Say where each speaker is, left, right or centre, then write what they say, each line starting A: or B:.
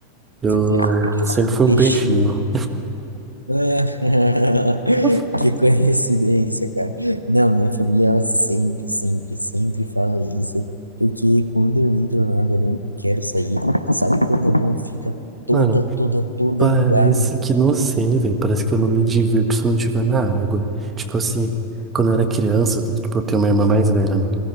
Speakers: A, on the right; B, on the right.
A: Eu
B: Minha família fala que eu
A: sempre
B: sou um
A: fui
B: peixinho.
A: um peixinho.
B: Ah, <laughs>
A: <laughs>
B: que coincidência, cara. Não, minha família ela sempre, sempre, sempre fala isso, porque quando eu entro na água, eu não quero sair. Sabe quando a mão fica toda,
A: Mano,
B: toda, toda
A: parece
B: enrugada?
A: que não sei, velho. Parece que eu não me divirto se eu não estiver na água. Tipo assim, quando eu era criança, tipo, eu tenho uma irmã mais velha, né?